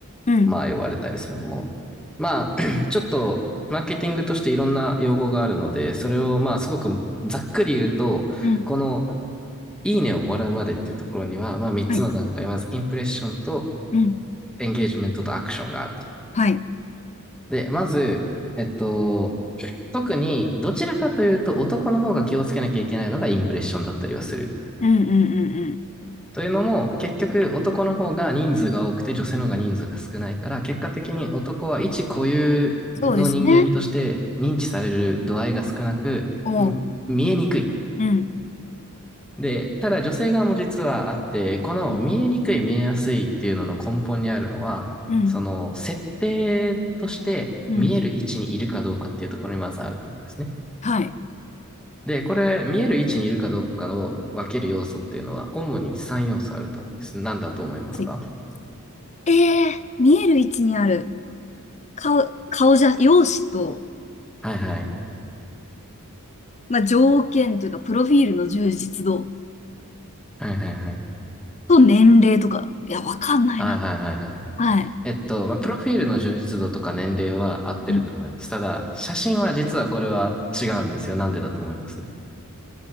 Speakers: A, on the left; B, in the centre.
A: うん。
B: まあ、呼ばれたりするもの。まあ、<clears throat> <laughs> ちょっと、マーケティングとしていろんな用語があるので、それをまあ、すごくざっくり言うと、
A: うん。
B: この、いいねをもらうまでっていうところには、まあ、3つの段階。
A: はい。
B: まず、インプレッションと、
A: うん。
B: エンゲージメントとアクションがあると。
A: はい。
B: で、まず、えっと、特に、どちらかというと、男の方が気をつけなきゃいけないのがインプレッションだったりはする。
A: うん、うん、うん、うん。
B: というのも、結局男の方が人数が多くて女性の方が人数が少ないから、結果的に男は一固有の人間として認知される度合いが少なく、
A: そうですね。おう。
B: 見えにくい。
A: うん。
B: で、ただ女性側も実はあって、この見えにくい、
A: うん。
B: 見えやすいっていうのの根本にあるのは、
A: うん。
B: その設定として見える位置にいるかどうかっていうところにまずあると思うんですね。
A: うんはい。
B: で、これ、見える位置にいるかどうかを分ける要素っていうのは、主に3要素あると思うんです。何だと思いますか
A: はいええ見える位置にある顔、顔じゃ、容姿と、
B: はいはい。
A: まあ、条件というか、プロフィールの充実度
B: はいはいはい。
A: と年齢とか。いや、わかんないな。
B: はいはいはいはいはい。
A: はい。
B: えっと、まあ、プロフィールの充実度とか年齢は合ってると思います。
A: うん、
B: ただ、写真は実はこれは違うんですよ。なんでだと思います